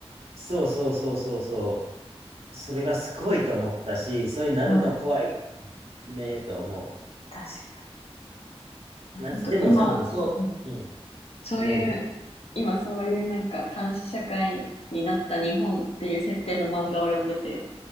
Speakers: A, on the right (about 70°); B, on the left (about 65°).
A: そうそうそうそうそそれがすごいと思ったし、そういうなるの怖い
B: はい、
A: ねと思
B: 確かに。
A: う。マジ、
B: 本当今、
A: でも多分そう、
B: うん
A: うん。
B: そういう、
A: 何
B: 今そういうなんか監視社会になった日本っていう設定の漫画を読んでて、